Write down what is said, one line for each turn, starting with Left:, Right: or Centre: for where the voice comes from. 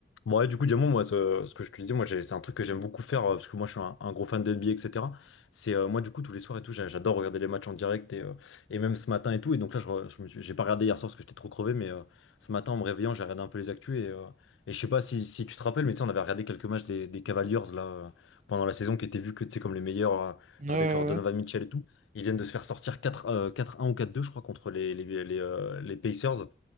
Left: Bon, ouais, du coup, Diamond, moi, ce, ce que je te disais, moi, j'ai- c'est un truc que j'aime beaucoup faire, euh, parce que moi, je suis un, un gros fan de NBA, etc. C'est, euh, moi, du coup, tous les soirs et tout, j'a- j'adore regarder les matchs en direct, et, euh, et même ce matin et tout. Et donc là, je, re- je me suis- j'ai pas regardé hier soir parce que j'étais trop crevé, mais euh, ce matin, en me réveillant, j'ai regardé un peu les actus, et, euh, et je sais pas si, si tu te rappelles, mais tu sais, on avait regardé quelques matchs des, des Cavaliers, là, euh, pendant la saison, qui étaient vus que, tu sais, comme les meilleurs, euh,
Right: Ouais,
Left: avec
Right: ouais,
Left: genre Donovan
Right: ouais.
Left: Mitchell et tout. Ils viennent de se faire sortir quatre euh, 4-1 ou quatre deux je crois, contre les, les, les, euh, les Pacers